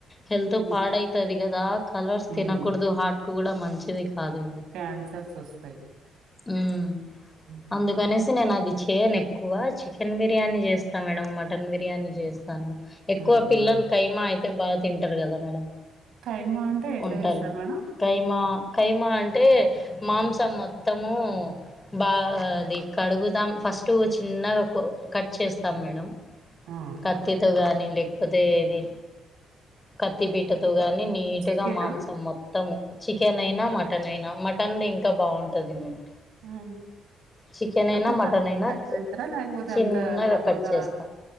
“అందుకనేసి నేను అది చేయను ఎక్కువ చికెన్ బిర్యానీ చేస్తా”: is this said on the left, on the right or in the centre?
Left